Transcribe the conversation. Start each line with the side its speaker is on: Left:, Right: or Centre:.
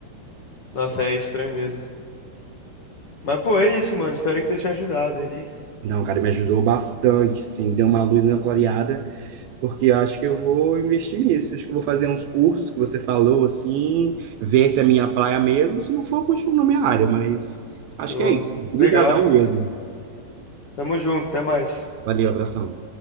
Left: Nossa, é estranho mesmo. Mas, pô, é isso, mano. Espero que tenha te ajudado aí.
Right: Não, cara, me ajudou bastante, assim, deu uma luz na clareada. Porque acho que eu vou investir nisso. Acho que eu vou fazer uns cursos que você falou, assim, ver se é minha praia mesmo. Se não for, eu continuo na minha área, mas acho
Left: Show.
Right: que é isso. Obrigadão
Left: Legal.
Right: mesmo.
Left: Tamo junto, até mais.
Right: Valeu, abração.